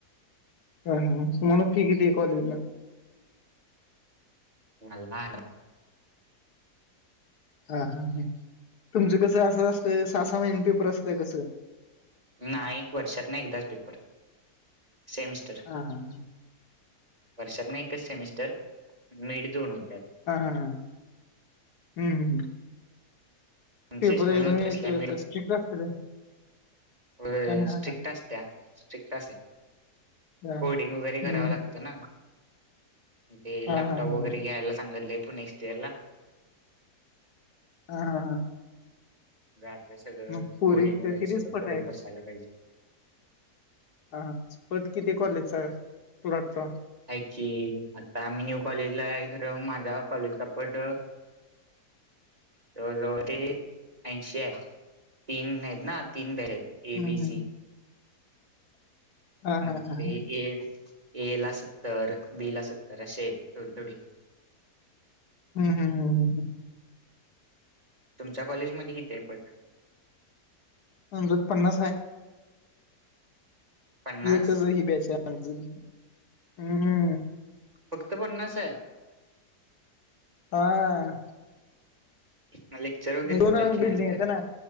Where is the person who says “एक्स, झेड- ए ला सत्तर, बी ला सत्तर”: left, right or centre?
Right